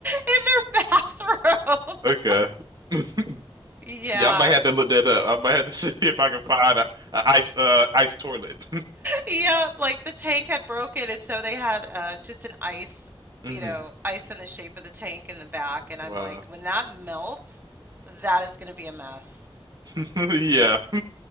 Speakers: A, on the right; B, on the right.
A: in their bathroom. <laughs>
B: Okay. <laughs>
A: Yeah.
B: Yeah, I might have to look that up. I might have to <laughs> see if I can find a, a ice uh ice toilet.
A: Yep, like the tank had broken and so they had uh just an ice,
B: <laughs> hmm
A: you know, ice in the shape of the tank in the back and
B: Wow.
A: I'm like, when that melts, that is going to be a mess.
B: <laughs> Yeah.